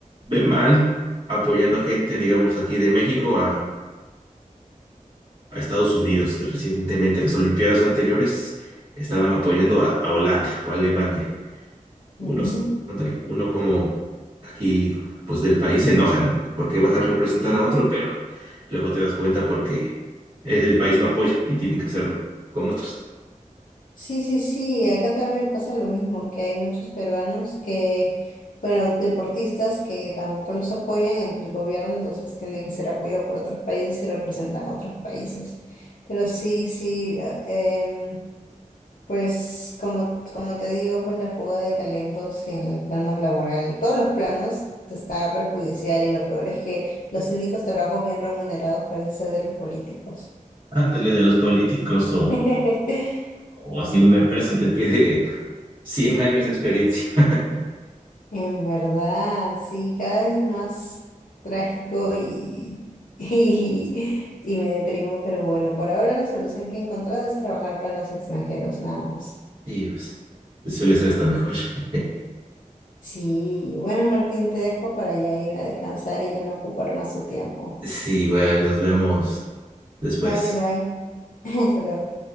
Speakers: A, on the right; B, on the left.
A: ve mal apoyando gente, digamos, aquí de México a a Estados Unidos. Recientemente, las Olimpiadas anteriores estaban apoyando a, a Holanda o a Alemania. Unos,
B: Ujú.
A: ándale, uno como aquí, pues del país se enoja, ¿no? Porque vas a representar a otro, pero luego te das cuenta porque el país no apoya y tienen que hacerlo con otros.
B: Sí, sí, sí, acá también me pasa lo mismo, que hay muchos peruanos que, bueno, deportistas que tampoco los apoyan en el gobierno, entonces tiene que ser apoyado por otros países y representan otros países. Pero sí, sí, a- em, pues como, como te digo, pues la fuga de talentos en el plano laboral, de todos los planos, está perjudicial y lo peor es que los únicos trabajos bien remunerados parece ser de los políticos.
A: Ándale de los políticos o,
B: <laughs>
A: o así una empresa te pide <laughs> 100 años de experiencia. <laughs>
B: En verdad, sí, cada vez es más trágico y, <laughs> y, y me deprimo, pero bueno, por ahora la solución que he encontrado es trabajar para los extranjeros, nada más.
A: Y pues suele ser hasta mejor. <laughs>
B: Sí, bueno, Martín, te dejo para ya ir a descansar y ya no ocupar más tu tiempo.
A: Sí, igual nos vemos después.
B: Vale, bye. <laughs> Hasta luego.